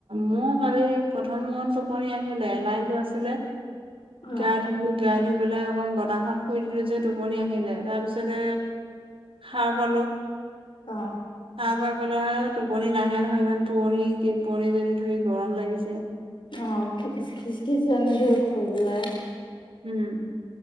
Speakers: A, on the right; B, on the left.
A: মোৰ ভাবি প্ৰথম গণটো টোপনি আহিলে, লাইনতটো আছিলে
B: অ',
A: গা, ধ, গা, ধু পেলাই অকণ বতাহত শুই দিলো যে টোপনি আহিলে তাৰ পিছতে হা, বো
B: অ'।
A: চাহ পাই, পেলাই টোপনি নাহে নহয় ইমান পুৰণি পণীজনী ধুই গৰম লাগিছে।
B: অ, খ, খিচ নি, ধৰ খজুৱা।
A: উম,